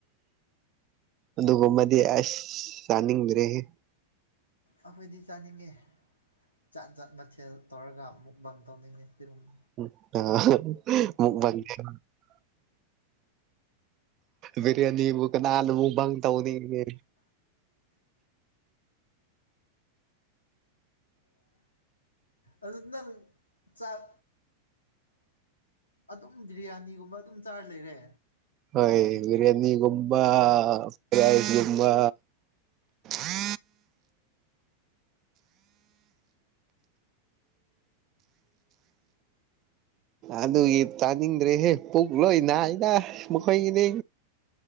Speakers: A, on the right; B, on the left.
A: ꯑꯗꯨꯃꯗꯤ ꯑꯁ ꯁꯅꯤ ꯃ ꯔꯦꯦ
B: ꯑꯩꯈꯣꯏꯗꯤ ꯆꯥꯅꯤꯡꯉꯦ ꯆꯥꯠ ꯖꯥꯠ ꯃꯊꯦꯜ ꯇꯧꯔꯒ ꯑꯃꯨꯛ ꯕꯟ ꯇꯧꯅꯤꯡꯉꯦ ꯑꯗꯨꯒꯨꯝꯕ
A: <unintelligible> ꯕꯤꯔꯌꯥꯅꯤꯕꯨ ꯀ ꯅꯅꯕꯨꯛꯪ ꯇꯧꯕꯅꯤ
B: ꯑꯗꯨ ꯅꯪ ꯆꯥꯛ ꯑꯗꯨꯝ ꯕꯤꯔꯌꯥꯅꯤꯒꯨꯝꯕ ꯑꯗꯨꯝ ꯆꯥꯔ ꯂꯩꯔꯦ
A: ꯍ ꯕꯤꯔꯌꯥꯅꯤꯒꯨꯝꯕꯥ ꯔꯥꯏꯁꯒꯨꯝꯕꯥ ꯑ ꯑꯗꯨꯒꯤ ꯇꯥꯅꯤꯡꯗ꯭ꯔꯦꯍꯦ ꯄꯨꯛ ꯂꯣꯏ ꯅꯥꯏꯅ ꯃꯈꯣꯏꯒꯤꯗꯤ